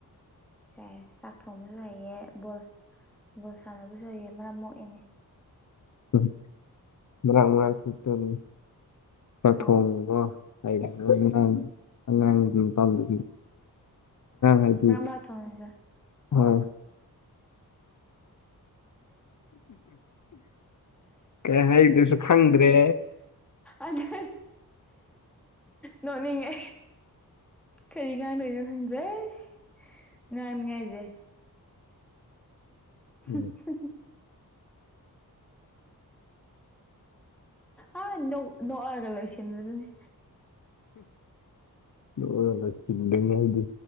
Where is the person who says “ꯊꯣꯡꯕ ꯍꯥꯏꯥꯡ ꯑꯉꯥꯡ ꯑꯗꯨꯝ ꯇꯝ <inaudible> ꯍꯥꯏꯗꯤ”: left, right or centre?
Left